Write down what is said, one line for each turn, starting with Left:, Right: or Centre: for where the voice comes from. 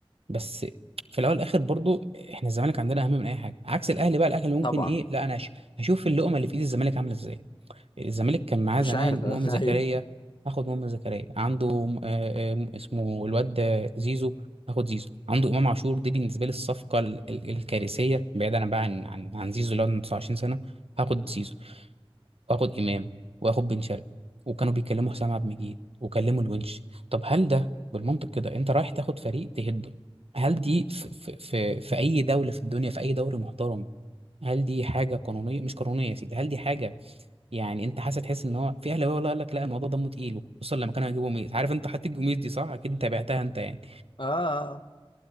Right: بس في الاول والاخر برضو احنا الزمالك عندنا اهم من اي حاجه عكس الاهلي بقى الاهلي ممكن
Left: طبعا
Right: ايه لا انا هش- هشوف اللقمه اللي في ايد الزمالك عامله ازاي الزمالك كان معاه
Left: مش
Right: زمان
Left: عارف <laughs>
Right: مؤمن
Left: ايوه
Right: زكريا هاخد مؤمن زكريا عنده آه، آه، اسمه الواد زيزو هاخد زيزو عنده امام عاشور دي بالنسبه لي الصفقه ال- ال- الكارثيه بعيدا بقى عن عن عن زيزو اللي هو عنده 29 سنه هاخد زيزو واخد امام واخد بن شرقي وكانوا بيكلموا حسام عبد المجيد وكلموا الونش طب هل ده بالمنطق كده انت رايح تاخد فريق تهده هل دي في, في, في, في اي دوله في الدنيا في اي دوري محترم هل دي حاجه قانونيه مش قانونيه يا سيدي هل دي حاجه يعني انت حاسس تحس ان هو في اهلاويه ولا قال لك لا الموضوع دمه تقيل خصوصا لما كانوا هيجيبوا ميز عارف انت حاطط الجوميز دي صح اكيد تابعتها انت يعني
Left: اه آه، آه.